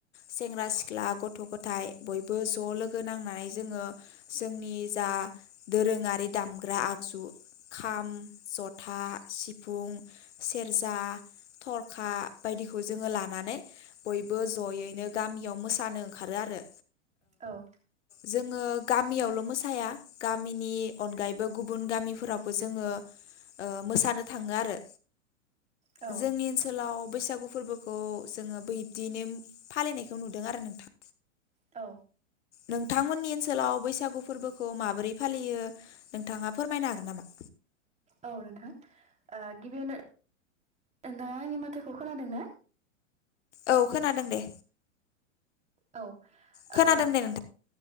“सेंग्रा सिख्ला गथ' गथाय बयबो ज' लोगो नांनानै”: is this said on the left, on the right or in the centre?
Left